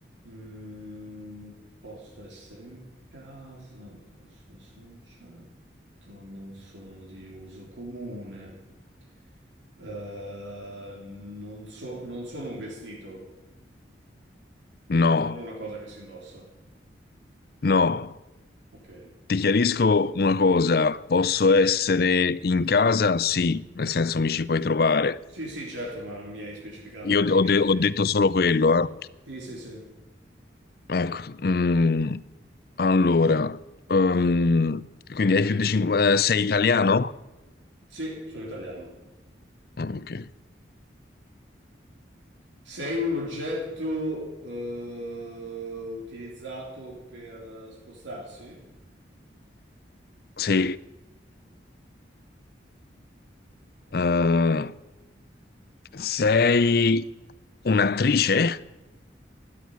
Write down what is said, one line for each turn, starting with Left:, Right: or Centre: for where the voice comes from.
Right: mm, posso essere in casa, posso essere un oggetto, non sono di uso comune, Eh, non so- non sono un vestito,
Left: no,
Right: non sono una cosa che si indossa.
Left: no.
Right: Ok.
Left: Ti chiarisco una cosa, posso essere in casa? Sì, nel senso mi ci puoi trovare.
Right: Sì, sì, certo, ma mi hai specificato
Left: Io
Right: anche che...
Left: ho, de- ho detto solo quello, eh.
Right: Sì, sì, sì.
Left: Ecco, mm, allora, ehm, quindi hai più di 5... sei italiano?
Right: Sì, sono italiano.
Left: Ah, Ok.
Right: Sei un oggetto, eh, utilizzato per spostarsi?
Left: Sì.
Right: Ok,
Left: Eh, sei un'attrice?